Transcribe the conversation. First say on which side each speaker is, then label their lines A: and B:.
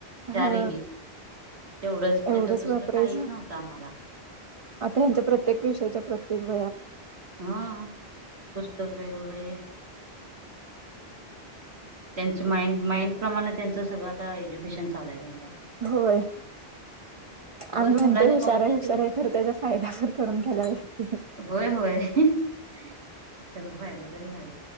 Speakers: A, on the right; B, on the right.
A: चारे
B: हा
A: ग, तेवढंच नाही
B: एवढंच
A: तर दुसरं
B: वापरायचं
A: काहीच नव्हतं आम्हाला,
B: आता हच्या प्रत्येक विषयाच्या प्रत्येक वहया,
A: हा पुस्तक वेघगळे, त्यांच माइंड माइंड प्रमाणे, त्यांच सगळं आता एज्युकेशन चाललं आहे त्यां,
B: होय
A: उगच
B: आम्ही म्हणते
A: मुलांच्या
B: हुशार
A: आताची
B: हुशार, कर त्याचा फायदा करून घ्यायला लागते.
A: होय होय त्याचा फायदा तरी व्हायला.